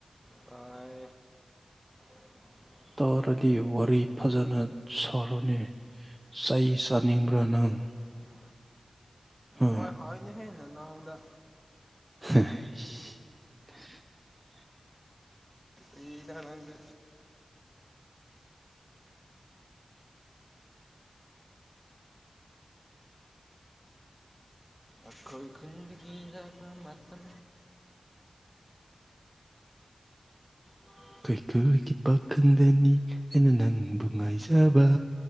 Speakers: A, in the centre; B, on the right (about 20°).
A: ꯇꯥꯏ <inaudible>
B: ꯇꯧꯔꯗꯤ ꯋꯥꯔꯤ ꯐꯖꯅ ꯁꯥꯔꯨꯅꯤ ꯆꯩ ꯆꯥꯅꯤꯡꯕ꯭ꯔꯥ ꯅꯪ
A: <inaudible>
B: ꯑ
A: ꯃꯣꯏ ꯍꯥꯏꯅ ꯍꯦꯟꯅ ꯅꯥꯎꯗ
B: <inaudible>
A: ꯑꯩꯗ ꯍꯅꯒ ꯑꯩꯈꯣꯏ ꯈꯨꯟꯗꯤꯒꯤꯗ ꯃꯇꯝ ꯎꯝ
B: ꯀꯩꯊꯨꯜꯒꯤ ꯄꯥꯛ ꯈꯪꯗꯅꯤ ꯑꯩꯅ ꯅꯪꯕꯨ ꯉꯥꯏꯖꯕ